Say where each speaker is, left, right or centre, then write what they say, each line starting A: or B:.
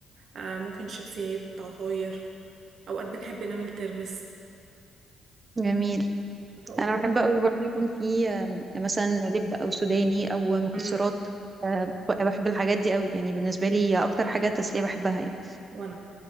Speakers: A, on the right; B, on the right.
A: آه ممكن شيبسيات عصاير اوقات بنحب نعمل ترمس
B: جميل
A: ف... و...
B: انا بحب قوي برضو يكون في آم، مثلا لب او سوداني او مكسرات
A: مم.
B: آه، بحب الحاجات دي قوي يعني بالنسبه لي اكتر حاجه تسليه بحبها يعني
A: وانا